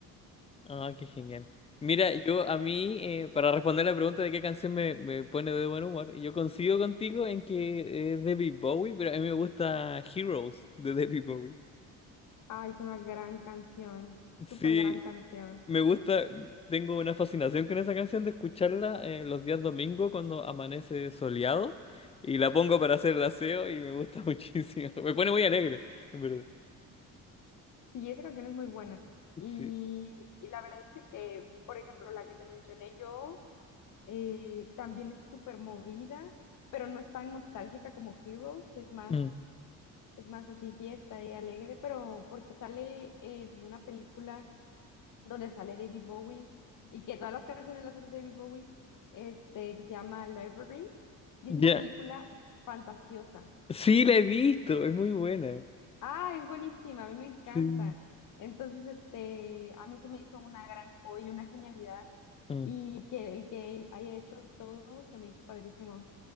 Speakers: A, on the left; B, on the left.
A: Ah, qué genial. Mira, yo a mí, eh, para responder la pregunta de qué canción me, me pone de buen humor, yo coincido contigo en que es David Bowie, pero a mí me gusta Heroes de David Bowie.
B: Ah, es una gran canción, súper
A: Sí,
B: gran canción.
A: me gusta, tengo una fascinación con esa canción de escucharla eh, los días domingo cuando amanece soleado y la pongo para hacer el aseo y me gusta <laughs> muchísimo. Me pone muy alegre, en verdad.
B: Sí, esa canción es muy buena. Y,
A: Sí.
B: y la verdad es de que, por ejemplo, la que te mencioné yo. Eh, también es súper movida, pero no es tan nostálgica como Heroes, es más,
A: Mm.
B: es más así fiesta y alegre, pero porque sale en una película donde sale David Bowie y que todas las canciones las hace David Bowie, este, que se llama Library, y
A: Ya.
B: es una película fantasiosa.
A: Sí, la he visto, es muy buena.
B: Ah, es buenísima, a mí me encanta.
A: Sí.
B: Entonces, este, a mí se me hizo una gran joya, una genialidad,
A: Mm.
B: y que el que él haya hecho todo se me hizo padrísimo.